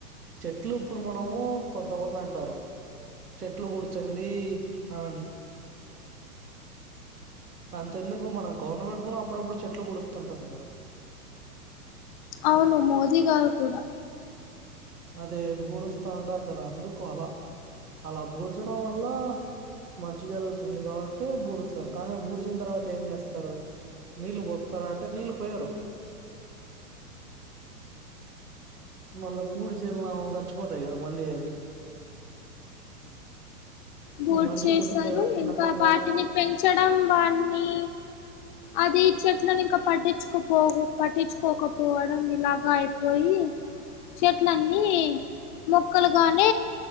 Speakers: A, on the right; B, on the left.
A: చెట్లు ఇప్పుడు మనము కొంతమంది అంటారు చెట్లు కూడ్చండి ఆని అంతెందుకు మన గవర్నమెంట్ కూడా అప్పుడప్పుడు చెట్లు పూడుస్తుంటుంది కదా
B: అవును మోదీ గారు కూడా
A: అదే బూడుస్తా ఉంటారు కదా అందుకు అలా అలా బూడ్చడం వల్ల మంచి జరుగుతుంది కాబట్టే బూడుస్తారు కానీ బూడిచిన తర్వాత ఏం చేస్తారు నీళ్ళు పోస్త రాంటే నీళ్ళు పోయరు మళ్ళ పూడ్సేం లాభం సచ్చిపోతాయి కదా మళ్ళీ అవి.
B: బోడ్
A: మనిషి
B: చేసారు
A: బతుకుతాడా తినకుండా
B: ఇంకా వాటిని పెంచడం వాని అది ఈ చెట్లను ఇంకా పట్టించుకోపో పట్టించుకోకపోవడం ఇలాగ అయిపోయి చెట్లన్నీ మొక్కలుగానే